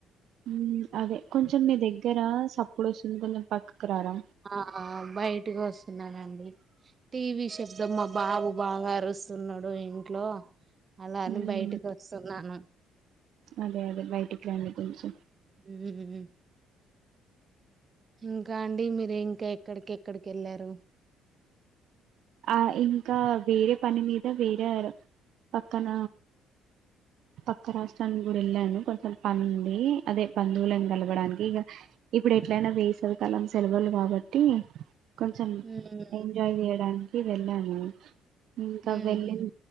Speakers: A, on the right; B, on the right.
A: మ్మ్ అదే కొంచెం మీ దగ్గర సప్పుడోస్తుంది. కొంచెం పక్కకు రారా
B: ఆ బయటికోస్తున్నానండి టీవీ చెబ్దమ్ మా బాబు బాగా అరుస్తున్నడు ఇంట్లో. అలా అని
A: ఉమ్
B: బయటికొస్తున్నాను
A: అదే అదే బయటికి రండి కొంచెం
B: ఉమ్ ఊ ఇంకా అండి మీరు ఇంకా ఎక్కడికేక్కడికెళ్లారు?
A: ఆ ఇంకా వేరే పని మీద వేరే పక్కన పక్క రాష్ట్రానికి కూడా వెళ్ళాను. కొంచెం పనుండి అదే బంధువులను కలవడానికి ఇగా ఇప్పుడు ఎట్లయినా వేసవి కాలం సెలవులు కాబట్టి కొంచెం
B: మ్మ్
A: ఎంజాయ్ చేయడాని కి వెళ్ళాను ఇంకా
B: మ్మ్
A: వెళ్ళి